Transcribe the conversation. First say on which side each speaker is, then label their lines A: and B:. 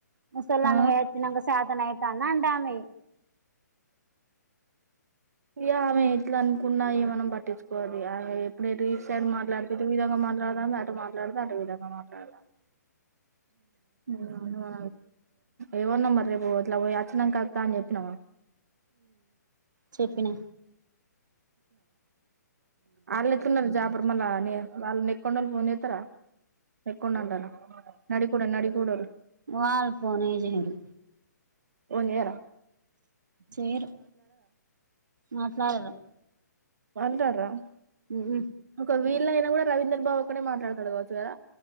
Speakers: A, on the right (about 85°); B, on the right (about 60°).
A: ముసలాను
B: ఆ
A: వేచ్చినక శాతన అవుతాను అంటాను
B: ఇ ఆమె ఎట్లా అనుకున్నాయి మనం పట్టించుకోవాలి ఆమె ఎప్పుడ సైడ్ మాట్లాడుతే ఈ విధంగా మాట్లాడదా అ అటు మాట్లాడదుా అటు విధంగా మాట్లాడదాం మా ఎమన్నా మరి రేపు అట్లా పోయి వచ్చినం కస్తా అని చెప్పినాము
A: చెప్పిన
B: అళ్లేతున్నారు జాప తర్మల్ అని వాళ్ళ న ఎక్క్కండ వాళ్ళ పోోన్తారా ఎకుండ ఉంటనా న కుడడాడి కూూడ
A: మ వాల్ ఫోనేజరు
B: మన్ేర
A: సేరు మాట్లాడరు
B: మాళ్లాడరా
A: ఉహు
B: కవి ఇలా అయినా కూడా రవీంద్రబాబు ఒకనే మాట్లాడడుడవచ్చుదా